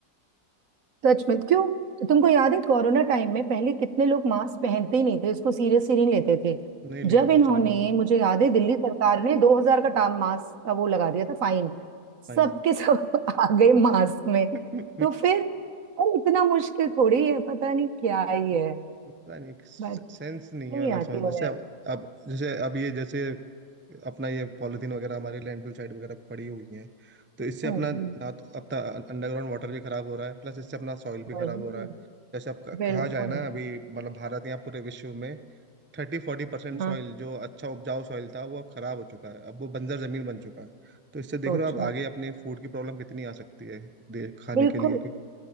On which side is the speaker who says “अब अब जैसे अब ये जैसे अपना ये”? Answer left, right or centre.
Right